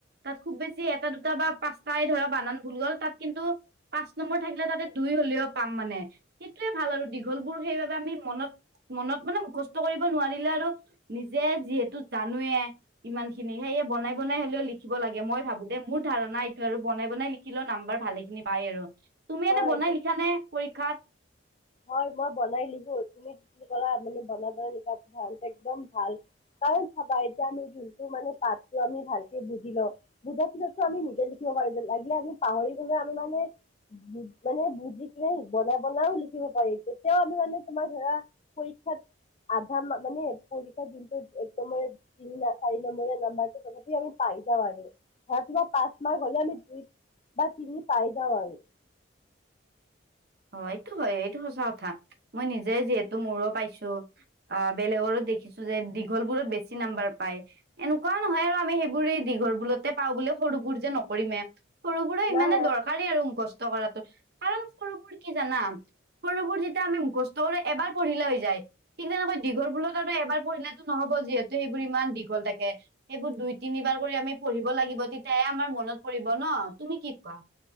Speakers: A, on the right; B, on the left.
A: তাত খুব বেছি এটা দুটা বা পাঁচটাই ধৰা বানান ভুল হ'ল তাত কিন্তু পাঁচ নম্বৰ থাকিলে তাতে দুই হ'লেও পাম মানে সেইটোৱে ভাল আৰু দীঘলবোৰ সেইবাবে আমি মনত মনত মানে মুখস্থ কৰিব নোৱাৰিলে আৰু নিজে যিহেতু জানোৱে ইমান খিনি সেয়ে বনাই বনাই হলেও লিখিব লাগে মই ভাবো দে মোৰ ধাৰণা এইটো আৰু বনাই বনাই লিখিলেও নাম্বাৰ ভালে পাই আৰু তুমি এনে
B: হয়
A: বনাই
B: এইটো
A: লিখানে পৰীক্ষাত?
B: হয় মই বনাই লিখো, তুমি যিখিনি কলা মানে বনাব ভাল একদম ভাল কাৰণ চাবা তেতিয়া আমি যোনটো মানে পাতটো আমি ভালকে বুজি লওঁ। বুজা পিছাততো আমি নিজে লিখিব পাৰিম লাগিলে আমি পাহৰি গলেও আমি মানে মানে বুজি কিনে বনাই বনাই দিব পাৰি তেতিয়াও আমি মানে তোমাৰ ধৰা পৰীক্ষাত আধা মা মানে পৰীক্ষা যোনটো একদম মানে তিনি চাৰি নাম্বাৰ নাম্বাৰটো তথাপি আমি পাই যাওঁ আৰু- ধৰ কিবা পাঁচ মাহ হলে আমি দুই বা তিনি পাই যাওঁ আৰু-
A: অঁ এইটো হয় এইটো সঁচা কথা মই নিজে যিহেতু মোৰো পাইছো। আহ বেলেগৰো দেখিছো যে দীঘল বোৰত বেছি নাম্বাৰ পায়। এনেকোৱাও নহয় আৰু আমি সেইবোৰ দীঘল বোৰতে পাওঁ বুলি সৰুবোৰ যে নকৰিমে। সৰু বোৰে ইমানে
B: নাই
A: দৰকাৰী আৰু মুখস্থ কৰাটো কাৰণ সৰুবোৰ কি জানা সৰুবোৰ যেতিয়া আমি মুখস্থ কৰি এবাৰ পঢ়িলে হৈ যায়। ঠিক তেনেকৈ দীঘলবোৰ আৰু এবাৰ পঢ়িলেতো নহব যিহেতু সেইবোৰ ইমান দীঘল থাকে। সেইবোৰ দুই তিনিবাৰ কৰি আমি পঢ়িব লাগিব তেতিয়াহে আমাৰ মনত পৰিব ন, তুমি কি কোৱা?